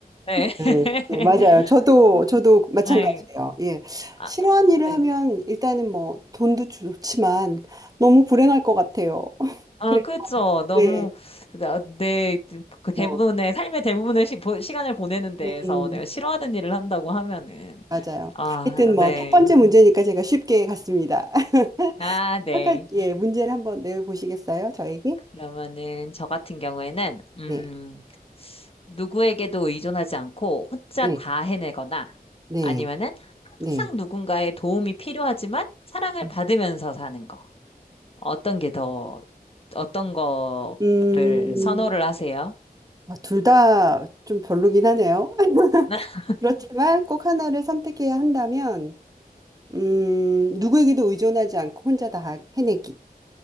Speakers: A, on the left; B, on the right.
A: 네.
B: 네,
A: <laughs>
B: 네, 맞아요. 저도, 저도 마찬가지예요.
A: 네.
B: 예.
A: 아,
B: 싫어하는
A: 아,
B: 일을
A: 네.
B: 하면 일단은 뭐 돈도 좋지만 너무 불행할 것 같아요. <laughs>
A: 아,
B: 그래서,
A: 그렇죠. 너무
B: 예,
A: 나- 내, 그 대부분의
B: 뭐,
A: 삶의 대부분의 시, 보- 시간을 보내는 데에서
B: 음,
A: 내가 싫어하는 일을 한다고 하면은
B: 맞아요.
A: 아,
B: 하여튼 뭐
A: 네.
B: 첫 번째 문제니까 제가 쉽게 갔습니다. <laughs>
A: 아, 네.
B: 아까, 예, 문제를 한번 내보시겠어요? 저에게?
A: 그러면은 저 같은 경우에는 음,
B: 네.
A: 누구에게도 의존하지 않고 혼자
B: 네,
A: 다 해내거나
B: 네,
A: 아니면은
B: 네.
A: 항상 누군가의 도움이 필요하지만 사랑을
B: 음.
A: 받으면서 사는 거. 어떤 게 더, 어떤 거를
B: 음,
A: 선호를 하세요?
B: 둘 다 좀 별로긴 하네요. <laughs>
A: <laughs>
B: 그렇지만 꼭 하나를 선택해야 한다면, 음, 누구에게도 의존하지 않고 혼자 다 해내기.